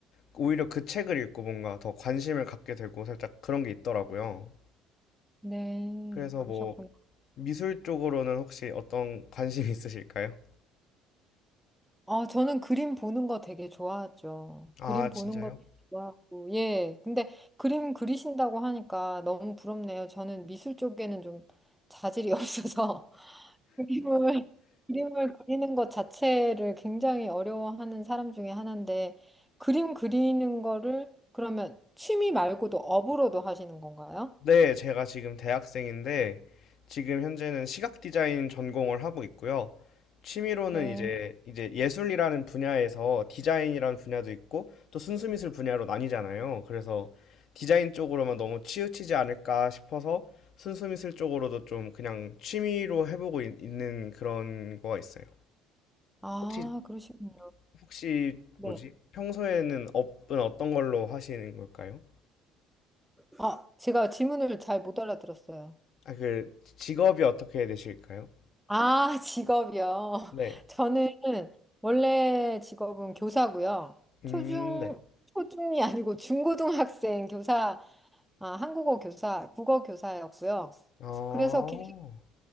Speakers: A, on the left (about 55°); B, in the centre.
A: 오히려 그 책을 읽고 뭔가 더 관심을 갖게 되고 살짝 그런 게 있더라고요.
B: 네,
A: 그래서
B: 그러셨구나.
A: 뭐 미술 쪽으로는 혹시 어떤 관심이 있으실까요?
B: 아, 저는 그림 보는 거 되게 좋아하죠.
A: 아,
B: 그림 보는
A: 진짜요?
B: 것도 좋아하고, 예. 근데 그림 그리신다고 하니까 너무 부럽네요. 저는 미술 쪽에는 좀 자질이 <laughs> 없어서 그림을, 그림을 그리는 것 자체를 굉장히 어려워하는 사람 중에 하나인데, 그림 그리는 거를 그러면 취미 말고도 업으로도 하시는 건가요?
A: 네, 제가 지금 대학생인데, 지금 현재는 시각 디자인 전공을 하고 있고요. 취미로는
B: 네.
A: 이제, 이제 예술이라는 분야에서 디자인이라는 분야도 있고, 또 순수미술 분야로 나뉘잖아요. 그래서 디자인 쪽으로만 너무 치우치지 않을까 싶어서 순수미술 쪽으로도 좀 그냥 취미로 해보고 있, 는 그런 거가 있어요.
B: 아,
A: 혹시,
B: 그러시군요.
A: 혹시
B: 네.
A: 뭐지? 평소에는 업은 어떤 걸로 하시는 걸까요?
B: 아, 제가 질문을 잘 못 알아들었어요.
A: 아, 그 직업이 어떻게 되실까요?
B: 아, 직업이요. <laughs>
A: 네.
B: 저는 원래 직업은 교사고요.
A: 음,
B: 초중,
A: 네.
B: 초중이 아니고 중고등학생 교사, 아, 한국어 교사, 국어 교사였고요.
A: 어,
B: 그래서 계속,